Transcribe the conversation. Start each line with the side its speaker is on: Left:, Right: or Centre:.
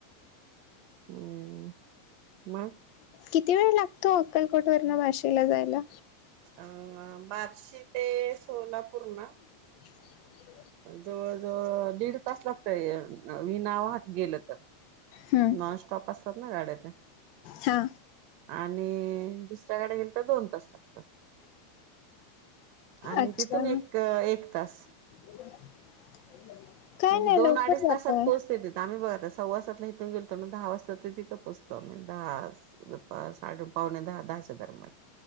Right: हम, मग.
Left: किती वेळ लागतो अक्कलकोटवरन वाशिला जायला?
Right: अ बार्शी ते सोलापूर ना.
Left: <inaudible>
Right: जवळ जवळ दीड तास लागतय. वि नावहात गेलं तर,
Left: हम्म.
Right: नॉनस्टॉप असतात ना गाड्या त्या.
Left: हा
Right: आणि दुसऱ्या गाड्या गेल तर दोन तास लागतात. आणि
Left: अच्छा
Right: तिथून एक एक तास.
Left: <inaudible>
Right: म्हणजे दोन
Left: लवकर
Right: अडीच
Left: जातोय
Right: तासात पोहचतय तिथं, आम्ही बघा आता सव्वा सातला इथून गेल पण दहा वाजता ते तिथं पोचतो आम्ही दहा <unintelligible> पावणे दहा <unintelligible> दरम्यान.